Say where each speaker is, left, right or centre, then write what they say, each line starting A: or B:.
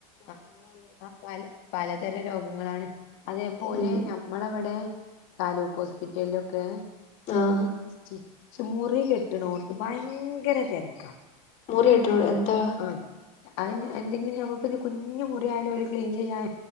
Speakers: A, on the left; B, on the left.
A: അ അ പല പലതരം രോഗങ്ങളാണ് അതേപോലെ
B: ഉം
A: ഞ നമ്മളവിടെ താലൂക്ക് ഹോസ്പിറ്റൽ ലൊക്കെ
B: ആഹ്
A: ഈ സ്റ്റി മുറി കെട്ട്ണോർത്ത് ഭയങ്കര തരക്ക.
B: മുറി ഇട്ടോട് എന്താ.
A: ആ അത് എന്തെങ്കിലും നമ്മക്കിത് കുഞ്ഞു മുറിയായാലും ഒരു ക്ലീൻ ചെയ്യാൻ